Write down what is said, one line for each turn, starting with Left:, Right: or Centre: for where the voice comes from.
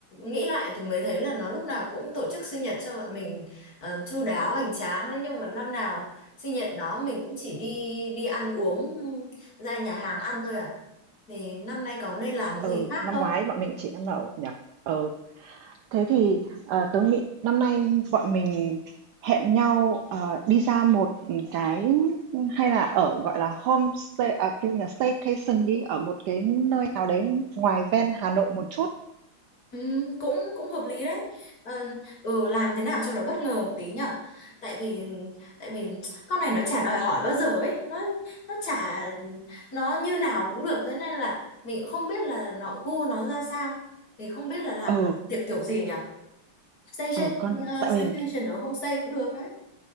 Left: nghĩ lại thì mới thấy là nó lúc nào cũng tổ chức sinh nhật cho bọn mình ờ, chu đáo hoành tráng ấy. Nhưng mà năm nào sinh nhật nó mình cũng chỉ đi đi ăn uống ra nhà hàng ăn thôi à. Thì năm nay có nên làm
Right: Ừ,
Left: gì khác
Right: năm
Left: không?
Right: ngoái bọn mình chỉ ăn lẩu nhỉ? Ừ, Thế thì ờ, tớ nghĩ năm nay bọn mình hẹn nhau ờ, đi ra một cái hay là ở gọi là homestay à, cái gì nhỉ? staycation đi ở một cái nơi nào đấy ngoài ven Hà Nội một chút.
Left: Ừ, cũng cũng hợp lý đấy ờ, ừ, làm thế nào cho nó bất ngờ một tí nhở tại vì tại vì con này nó chả đòi hỏi bao giờ ấy nó nó chả nó như nào cũng được thế nên là mình cũng không biết là nó gu nó ra sao thì không biết là làm
Right: Ừ,
Left: tiệc kiểu gì nhở stay, stay,
Right: ừ con tại
Left: staycation
Right: vì
Left: ở homestay cũng được đấy